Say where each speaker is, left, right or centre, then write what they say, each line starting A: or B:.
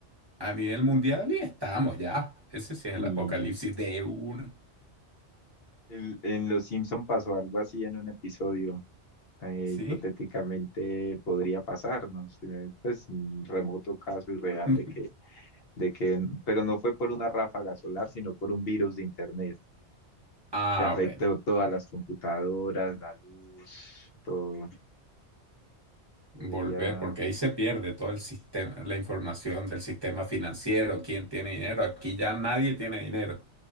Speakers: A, on the right (about 25°); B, on the left (about 60°).
A: a nivel mundial y estamos ya. Ese sí es
B: Uy,
A: el apocalipsis de una,
B: el- en Los Simpson pasó algo así en un episodio eh,
A: ¿sí?
B: hipotéticamente podría pasarnos, eh, pues un remoto caso irreal
A: <laughs>
B: de que, de que, pero no fue por una ráfaga solar, sino por un virus de internet
A: Ah,
B: que afectó
A: bueno,
B: todas las computadoras, la luz, todo. Podría,
A: volver, porque ahí se pierde todo el sistema, la información del sistema financiero, quién tiene dinero. Aquí ya nadie tiene dinero.